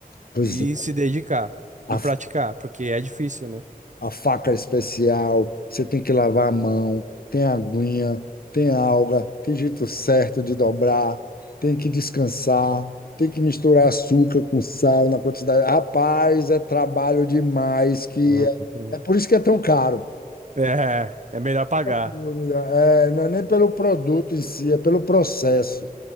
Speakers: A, on the left; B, on the right.
A: pois
B: e
A: é,
B: se dedicar e
A: a,
B: praticar, porque é difícil, né?
A: a faca especial, você tem que lavar a mão, tem aguinha, tem alga, tem jeito certo de dobrar, tem que descansar, tem que misturar açúcar com sal na quantidade. Rapaz, é trabalho demais que
B: Uhum.
A: é é por isso que é tão caro.
B: É, é melhor pagar.
A: dúvida. É, não é nem pelo produto em si, é pelo processo.